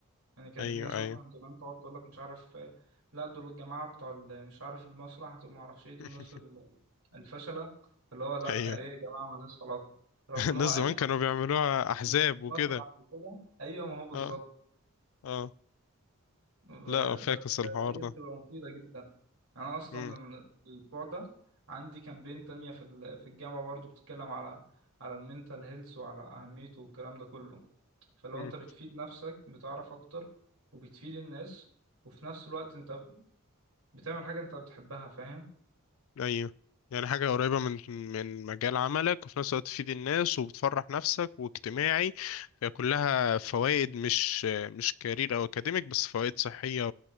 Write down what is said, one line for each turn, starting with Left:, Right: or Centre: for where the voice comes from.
Right: يعني كان
Left: ايوه
Right: في ناس مثلا
Left: ايوه
Right: زمان تقعد تقول لك مش عارف آه، لا دول الجماعة بتوع ال- مش عارف المسرح دول ما اعرفش ايه دول
Left: <laughs>
Right: الناس ال- الفشلة اللي هو لا
Left: ايوه
Right: آه، ايه يا جماعة ملهاش علاقة رغم
Left: <laughs>
Right: ان
Left: الناس
Right: هو ايوه
Left: زمان كانوا بيعملوها
Right: مش
Left: احزاب
Right: في المسرح
Left: وكده
Right: وكده ايوه ما هو بالظبط
Left: اه اه
Right: آه،
Left: لا فاكس
Right: بس آه،
Left: الحوار
Right: هي
Left: ده
Right: بتبقى مفيدة جدا انا اصلا
Left: امم
Right: من الاسبوع ده عندي كامبين تانية في ال- في الجامعة برضه بتتكلم على على المينتال هيلث وعلى اهميته والكلام ده كله فلو
Left: امم
Right: انت بتفيد نفسك بتعرف اكتر وبتفيد الناس وفي نفس الوقت انت بتعمل حاجة انت بتحبها فاهم
Left: ايوه يعني حاجة قريبة من من مجال عملك وفي نفس الوقت تفيد الناس وبتفرح نفسك واجتماعي فهي كلها فوائد مش مش كارير او اكاديميك بس فوائد صحية